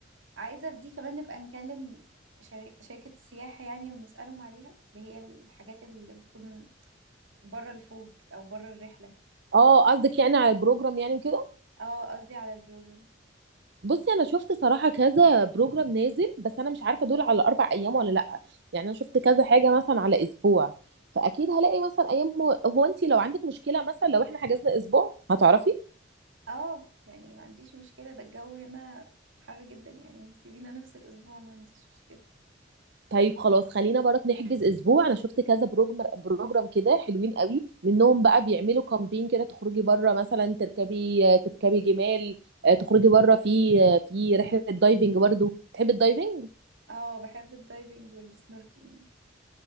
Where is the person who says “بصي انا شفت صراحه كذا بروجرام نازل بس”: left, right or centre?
Right